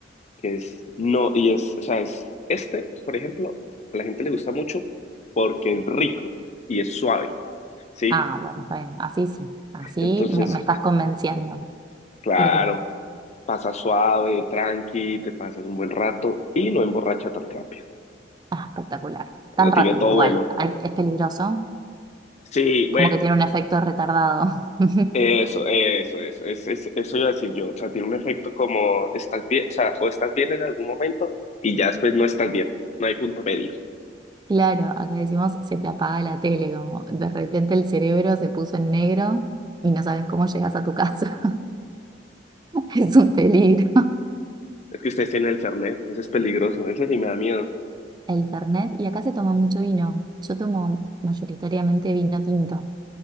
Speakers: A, on the left; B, on the right.
A: que es, no, y es, o sea, es, este, por ejemplo, a la gente le gusta mucho porque es rico y es suave, ¿sí?
B: Ah, bueno, está bien. Así sí. Así
A: Entonces,
B: me, me estás convenciendo.
A: claro,
B: Porque
A: pasa suave, tranqui, te pasas un buen rato y no emborracha tan rápido.
B: ah, espectacular. Tan
A: Lo tiene
B: rápido
A: todo
B: igual.
A: bueno.
B: Ay, Es peligroso.
A: Sí,
B: Como
A: bueno,
B: que tiene un efecto retardado. <laughs>
A: eso, eso, eso, es, es- eso iba a decir yo. O sea, tiene un efecto como estás bien, o sea, o estás bien en algún momento y ya después no estás bien. No hay punto medio.
B: Claro, acá decimos se te apaga la tele, como de repente el cerebro se puso en negro y no sabes cómo llegas a tu casa. <laughs> Es un peligro.
A: Es que ustedes tienen el Fernet, eso es peligroso, eso sí me da miedo.
B: El Fernet, y acá se toma mucho vino. Yo tomo mayoritariamente vino tinto.